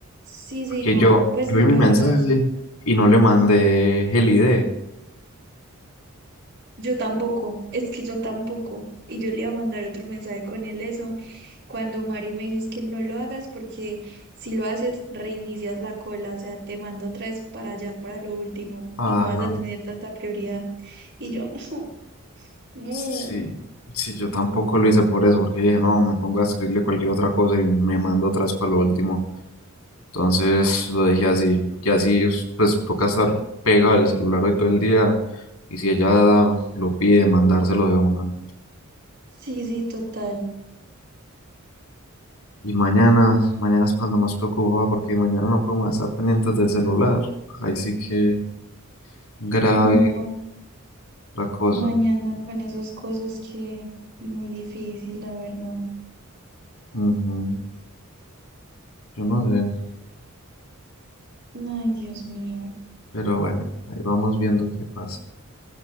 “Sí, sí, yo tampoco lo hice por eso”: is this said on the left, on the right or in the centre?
Left